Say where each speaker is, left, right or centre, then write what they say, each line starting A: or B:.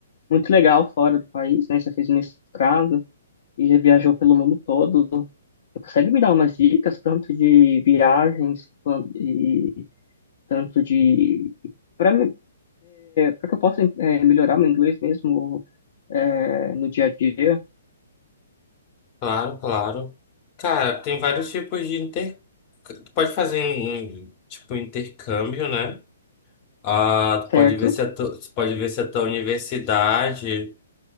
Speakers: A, on the left; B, on the left.
A: muito legal fora do país, né? Você fez mestrado e já viajou pelo mundo todo. Você consegue me dar umas dicas tanto de viagens quan- e tanto de para para que eu possa eh, melhorar meu inglês mesmo eh, no dia a dia?
B: Claro, claro. Cara, tem vários tipos de inter... Tu pode fazer um, um, tipo, intercâmbio, né? Ah, tu
A: Certo.
B: pode ver se a tu... tu pode ver se a tua universidade,